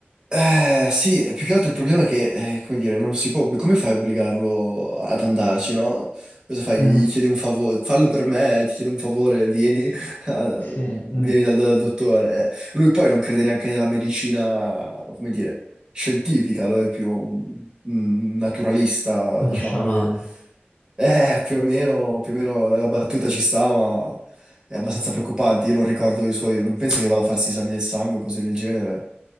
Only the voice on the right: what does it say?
Eh, sì, più che altro il problema è che, eh, come dire, non si può... ob- Come fai a obbligarlo ad andarci, no? Cosa fai?
Gli chiedi un favore, fallo per me, eh, ti chiedo un favore, vieni, <laughs> a-
vieni dal, dal dottore. Eh, Lui poi non crede neanche nella medicina, come dire, scientifica, lo è più un, un naturalista,
diciamo,
lui è... Eh, più o meno, più o meno la battuta ci sta, ma è abbastanza preoccupante. Io non ricordo i suoi, non penso che vada a farsi esami del sangue, cose del genere.